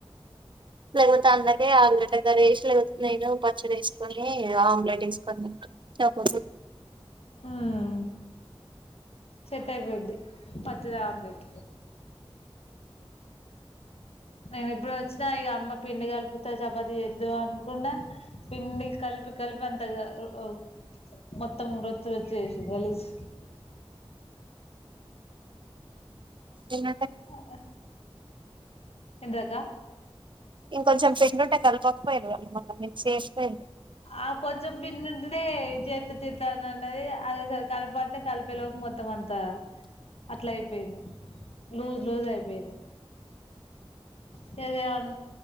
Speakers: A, on the right (about 55°); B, on the left (about 80°).
A: లేకపోతే అండ్లకే ఆలు గడ్డ కర్రీ వేసి లేకపోతే నేను పచ్చడి వేసుకొని ఆమ్లెట్ వేసుకొని తింటా నాకొద్దు
B: ఊమ్ సెట్ అయిపోయిద్ది పచ్చదే ఆమ్లెట్ నేను ఇప్పుడు వచ్చినా ఇగ అమ్మ పిండి కలిపి త చపాతి చేద్దు అనుకున్న పిండి కలిపి కలిపి అంతగా ఒ మొత్తం రొచ్చు రొచ్చు చేసింది గలీజ్
A: తిన్నట్టే
B: ఆ ఏంటిదకా
A: ఇంకోంచెం పిండి ఉంటే కలుపకపోయారు వాళ్ళ మళ్ళ మిక్స్ చేస్తె
B: ఆ కొంచెం పిండి ఉంటే ఈ చేత్త చేత్త అన్నది అది అసలు కలప అంతే కలిపే లోపు మొత్తం అంత త అట్లా అయిపోయింది లూజ్ లూజ్ అయిపోయింది తెదాన్